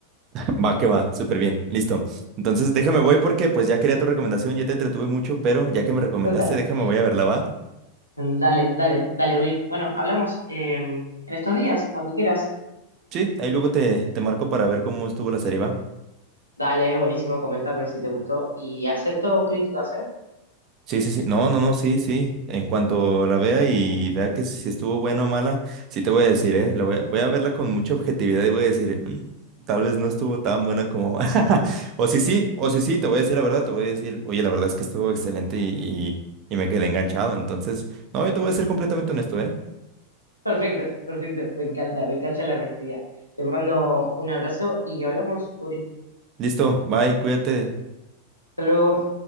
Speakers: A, on the right; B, on the left.
A: Va, que va, súper bien, listo. Entonces, déjame voy porque pues ya quería tu recomendación, ya te entretuve mucho, pero ya que me recomendaste,
B: <laughs>
A: déjame voy a verla, ¿va?
B: Dale, dale, dale, Uri. Bueno, hablamos eh, en estos días, cuando quieras.
A: Sí, ahí luego te, te marco para ver cómo estuvo la serie, ¿va?
B: Dale, buenísimo, comentame si te gustó y acepto críticas, ¿eh?
A: Sí, sí, sí. No, no, no, sí, sí. En cuanto la vea y vea que si estuvo buena o mala, sí te voy a decir, ¿eh? La voy a, voy a verla con mucha objetividad y voy a decir, "Mm, tal vez no estuvo tan buena como... <laughs> o si sí, o si sí, te voy a decir la verdad, te voy a decir, oye, la verdad es que estuvo excelente y, y, y me quedé enganchado. Entonces, no, yo te voy a ser completamente honesto, ¿eh?
B: <laughs> Perfecto, perfecto, me encanta, me encanta la honestidad. Te mando un abrazo y hablamos, Uri.
A: Listo, bye, cuídate.
B: Hasta luego.